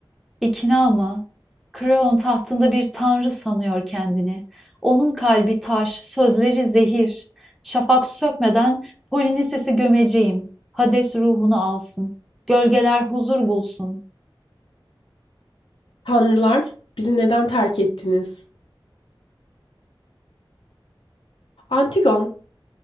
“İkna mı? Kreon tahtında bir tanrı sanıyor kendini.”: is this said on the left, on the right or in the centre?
Centre